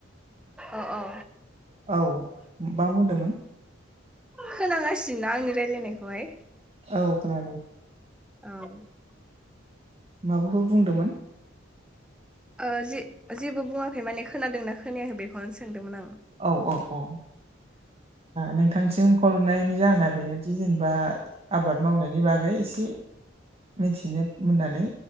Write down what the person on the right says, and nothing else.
औ मा बुंदोंमोन?
औ खोनादों।
माबाफोर बुंदोंमोन?
औ औ औ नोंथांसिम खल हरनायनि जाहोना बेनोदि जेनेबा आबाद मावनायनि बागै एसे मिथिनो मोननानै